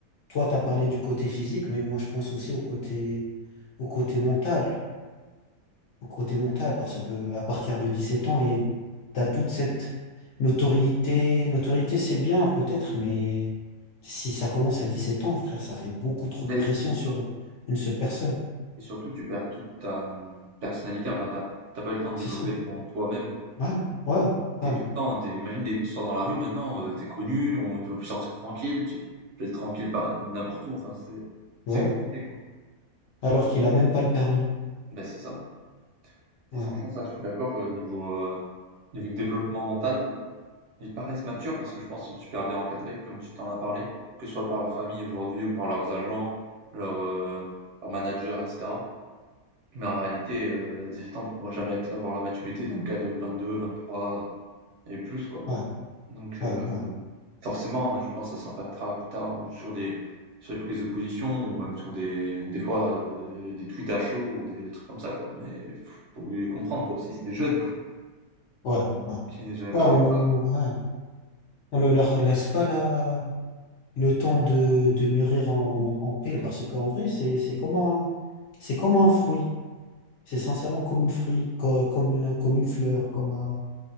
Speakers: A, on the left; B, on the right.
A: toi t'as parlé du côté physique, mais moi je pense aussi au côté, au côté mental au côté mental, parce que à partir de dix sept ans, et t'as toute cette notoriété. Notoriété, c'est bien peut-être, mais si ça commence à dix sept ans, frère, ça fait beaucoup trop
B: Mais
A: de pression
B: c'est dur.
A: sur une seule personne.
B: Et surtout, tu perds toute ta hum, personnalité. Enfin, t'as t'as pas le temps de
A: C'est
B: développer
A: ça.
B: ton toi-même.
A: Ouais, ouais,
B: T'es
A: ouais,
B: tout le temps, t'es, imagine, dès que tu sors dans la rue maintenant, euh, t'es connu, on, tu peux plus sortir tranquille, tu peux être tranquille pas n'importe où. Enfin, c'est c'est
A: ouais.
B: compliqué, quoi.
A: Alors qu'il a même pas le permis.
B: Ben, c'est ça. Et
A: Ouais,
B: franchement, ça, je suis d'accord, euh, niveau, euh, niveau développement mental, Ils paraissent matures parce que je pense qu'ils sont super bien encadrés, comme tu t'en as parlé, que ce soit par leur famille aujourd'hui ou par leurs agents, leurs euh, leurs managers, etc. Mais en réalité, euh, 17 ans, tu pourras jamais être, avoir la maturité d'un gars de 22, 23 et plus, quoi.
A: ouais,
B: Donc,
A: ouais,
B: euh,
A: ouais,
B: forcément, je pense que ça s'impactera plus tard ou sur des, sur des prises de position ou même sur des, des fois, euh, des tweets à chaud ou des trucs comme ça, quoi. Mais faut faut les comprendre, quoi, aussi, c'est des jeunes, quoi,
A: ouais, ouais.
B: qui n'est jamais
A: Ouais,
B: passé
A: Ouais, on,
B: par là.
A: ouais. On ne leur laisse pas la, le temps de, de mûrir en, en paix,
B: Mm.
A: parce qu'en vrai, c'est, c'est comme un, c'est comme un fruit. C'est sincèrement comme une fruit, co- comme, une- comme une fleur, comme un...